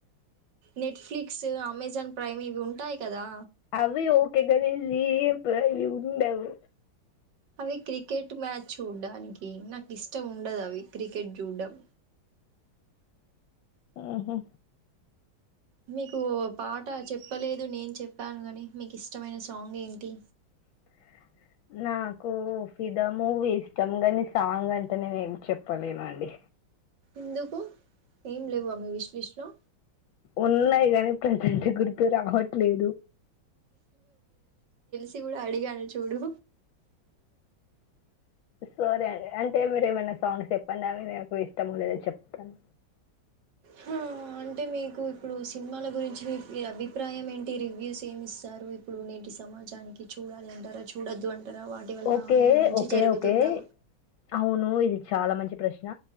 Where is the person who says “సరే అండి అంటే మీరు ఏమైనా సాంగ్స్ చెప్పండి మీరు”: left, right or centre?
Left